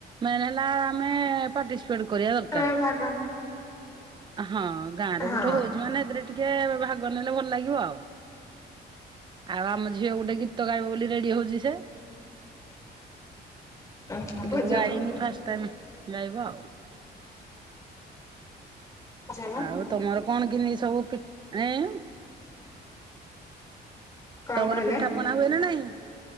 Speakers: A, on the right; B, on the left.
A: ମେନ୍ ହେଲା ଆମେ ପାଟିସି କରିବା ଦରକାର
B: ଏ ଭାଗ
A: ହଁ ଗାଁ ରେ
B: ହଁ
A: ଗୋଟେ ହଉଛି ମାନେ ଏଥିରେ ଟିକେ ଭାଗ ନେଲେ ଭଲ ଲାଗିବ ଆଉ ଆଉ ଆମ ଝିଅ ଗୋଟେ ଗୀତ ଗାଇବ ବୋଲି ରେଡି ହଉଛି ସେ।
B: ଆଚ୍ଛା
A: ସେ
B: ଭୋଜନ
A: କେବେ ଗାଇନି ଫାଷ୍ଟ ଟାଇମ ଗାଇବ ଆଉ।
B: ଭୋଜନ
A: ଆଉ ତମର କଣ କିିନି ସବୁ ପି ଏଁ
B: କଣ
A: ତମର
B: କହିଲେ
A: ପିଠା ପଣା ହୁଏ ନା ନାଇଁ